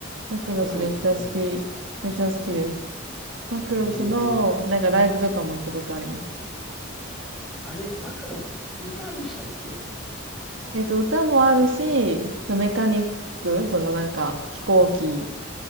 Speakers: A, on the right; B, in the centre.
A: マクロスめっちゃ好き。
B: マクロスお好きなんですか
A: めっちゃ好きです。マクロスの、
B: え
A: なんかライブとかも行ったことあります。
B: あれ、マクロスって歌でしたっけ
A: えっと、歌もあるし、そのメカニック、そのなんか飛行機、